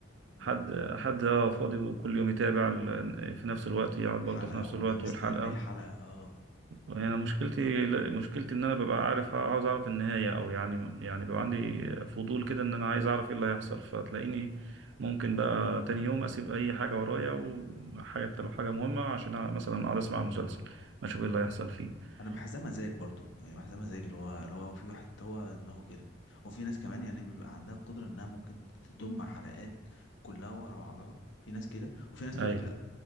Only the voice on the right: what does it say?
حد حد اه فاضي وكل يوم يتابع ال- في نفس الوقت يقعد
برضه في نفس
الوقت
والحلقه
يعني انا مشكلتي لا- مشكلتي ان انا ببقى عارف عاوز اعرف النهايه او يعني يعني بيبقى عندي فضول كده ان انا عايز اعرف ايه اللي هيحصل فتلاقيني ممكن بقى تاني يوم اسيب اي حاجه ورايا وحاجه لو حاجه مهمه عشان أع- مثلا اقعد اسمع المسلسل اشوف ايه اللي هيحصل فيه
ايوه